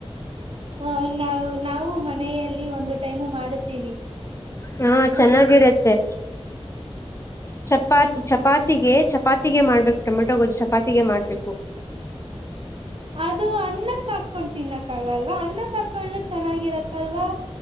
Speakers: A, on the right (about 55°); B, on the left (about 25°).
A: ಹ ನಾವ್ ನಾವು ಮನೆಯಲ್ಲಿ ಒಂದು ಟೈಮು ಮಾಡುತ್ತೀವಿ.
B: ಹಾ
A: ಹ್ಮ್.
B: ಚೆನ್ನಾಗಿರತ್ತೆ. ಚಪಾತಿ ಚಪಾತಿಗೆ ಚಪಾತಿಗೆ ಮಾಡ್ಬೇಕು ಟೊಮೆಟೊ ಗೊಜ್ಜು ಚಪಾತಿಗೆ ಮಾಡ್ಬೇಕು. <inaudible>
A: ಅದು ಅನ್ನಕ್ಕ ಹಾಕೊಂಡ್ ತಿನ್ನಕ್ಕಗಲ್ವಾ ಅನ್ನಕ್ ಹಾಕೊಂಡು ಚೆನ್ನಾಗಿರತ್ತಲ್ವಾ.